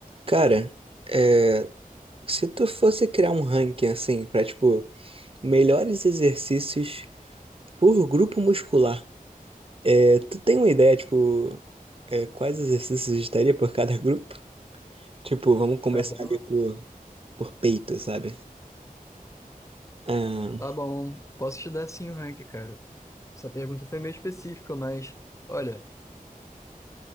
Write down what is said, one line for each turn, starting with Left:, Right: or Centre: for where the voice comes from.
Right: Cara, é, se tu fosse criar um ranking assim, pra tipo, melhores exercícios por grupo muscular, é, tu tem uma ideia, tipo, é, quais exercícios estaria por cada grupo? Tipo, vamos começar
Left: Caramba,
Right: ali por, por peito, sabe? Ah,
Left: tá bom. Posso te dar sim o rank, cara. Essa pergunta foi meio específica, mas olha,